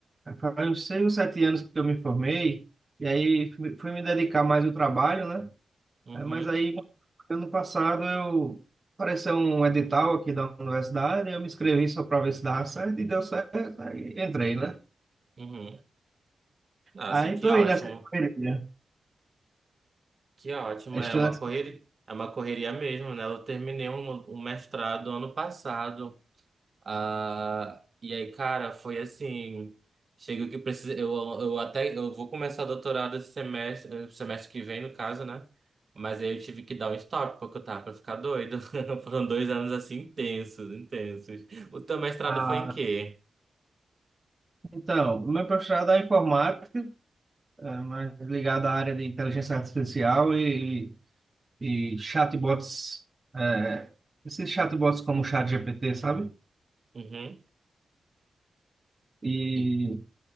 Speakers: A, on the right; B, on the right.
A: faz uns seis ou sete anos que eu me formei, e aí fui fui me dedicar mais ao trabalho, né?
B: Uhum,
A: Eh, Mas aí, ano passado, eu apareceu um edital aqui da universidade, eu me inscrevi só para ver se dava certo, e deu certo, aí entrei, né?
B: uhum. Nossa,
A: Aí
B: que
A: estou
B: ótimo.
A: aí nessa correria.
B: Que ótimo.
A: Estou
B: É uma
A: nessa...
B: correria, é uma correria mesmo, né? Eu terminei um, um mestrado ano passado. Ah, e aí, cara, foi assim. Chega que precisa. Eu, eu até eu vou começar o doutorado esse semestre, eh, semestre que vem, no caso, né? Mas aí eu tive que dar um stop, porque eu tava pra ficar doido. <laughs> Foram dois anos assim intensos, intensos. O teu mestrado
A: Ah,
B: foi em quê?
A: então, meu mestrado é informática, é, mais ligado à área de inteligência artificial e, e chatbots, é, esses chatbots como o ChatGPT, sabe?
B: Uhum.
A: E
B: E-